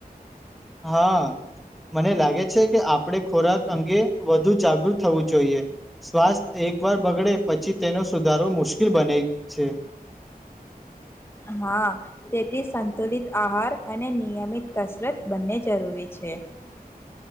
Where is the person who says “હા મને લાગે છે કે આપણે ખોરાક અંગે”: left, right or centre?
Centre